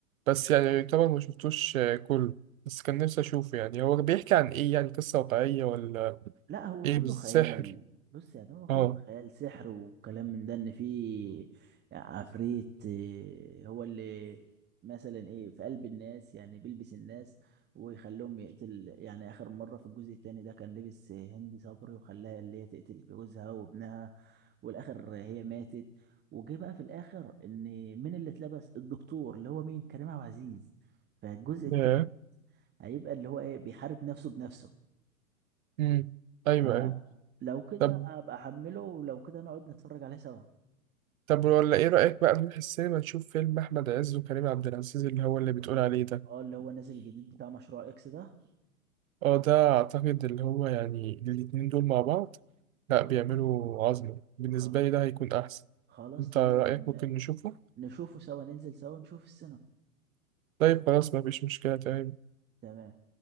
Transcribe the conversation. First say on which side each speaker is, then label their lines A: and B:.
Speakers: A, on the right (about 65°); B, on the right (about 25°).
A: بس يعني طبعا ما شفتوش آه، كله بس كان نفسي أشوفه يعني هو بيحكي عن إيه يعني قصة واقعية ولا
B: لا هو
A: إيه
B: كله
A: بالسحر
B: خيال بص يعني هو كله
A: آه
B: خيال سحر وكلام من ده ان في عفريت إيه، هو اللي مثلا ايه في قلب الناس يعني بيلبس الناس ويخليهم يقتل يعني اخر مرة في الجزء التاني ده كان لبس هند صبري وخلاها اللي هي تقتل جوزها وابنها والاخر هي ماتت وجه بقى في الاخر ان مين اللي اتلبس الدكتور اللي هو مين كريم عبد العزيز فالجزء التاني
A: ياه
B: هيبقى اللي هو ايه بيحارب نفسه بنفسه
A: أمم أيوه
B: آه.
A: أيوه
B: لو كده
A: طب
B: ابقى احمله ولو كده نقعد نتفرج عليه سوا
A: طب ولا إيه رأيك بقى نروح السينما نشوف فيلم أحمد عز وكريم عبد العزيز اللي هو اللي بتقول
B: لو
A: عليه ده
B: اه اللي هو نازل جديد بتاع مشروع اكس ده
A: آه ده أعتقد اللي هو يعني الاتنين دول مع بعض لا بيعملوا عظمة بالنسبة
B: خل...
A: لي ده هيكون أحسن
B: خلاص
A: أنت
B: تمام
A: رأيك ممكن نشوفه؟
B: نشوفه سوا ننزل سوا نشوف السينما
A: طيب خلاص مفيش مشكلة تمام
B: تمام